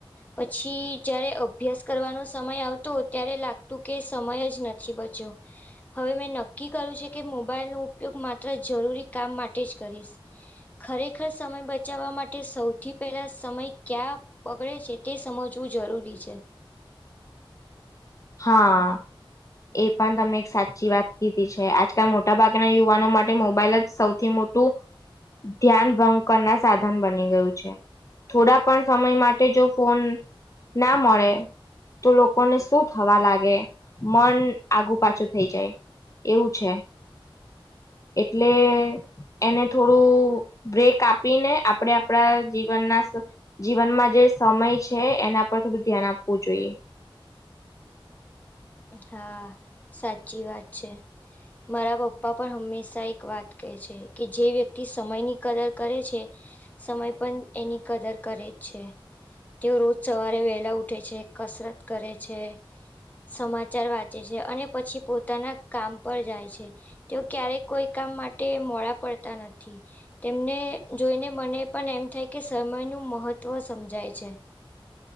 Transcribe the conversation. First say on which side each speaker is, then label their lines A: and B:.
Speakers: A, on the left; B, on the left.
A: પછી જારે અભ્યાસ કરવાનો સમય આવતો ત્યારે લાગતું કે સમય જ નથી બચ્યો. હવે મેં નક્કી કર્યું છે કે મોબાઈલનો ઉપયોગ માત્ર જરૂરી કામ માટે જ કરીશ. ખરેખર સમય બચાવવા માટે સૌથી પહેલાં સમય કયાં બગડે છે તે સમજવું જરૂરી છે.
B: હા. એ પણ તમે એક સાચી વાત કીધી છે આજકાલ મોટાભાગના યુવાનો માટે મોબાઈલ જ સૌથી મોટ ટુ ધ્યાન ભક ના સાધન બની ગયું છે. થોડા પણ સમય માટે જો ફોન ના મળે તો લોકોને શું થવા લાગે મન આગુ પાછું થઈ જાય એવું છે. એટલે એને થોડું બ્રેક આપીને આપણે આપણા જીવનના જીવનમાં જે સમય છે એના પર થોડું ધ્યાન આપવું જોઈએ.
A: હા સાચી વાત છે. મારા પપ્પા પણ હંમેશા એક વાત કહે છે કે જે વ્યક્તિ સમયની કદર કરે છે સમય પણ એની કદર કરે જ છે. તેઓ રોજ સવારે વહેલા ઉઠે છે કસરત કરે છે સમાજ ચાર વાંચે છે અને પછી પોતાના કામ પર જાય છે. તેઓ ક્યારેય કોઈ કામ માટે મોડા પડતા નથી તેમને જોઈને મને પણ એમ થાય કે સમય નું મહત્વ સમજાય છે.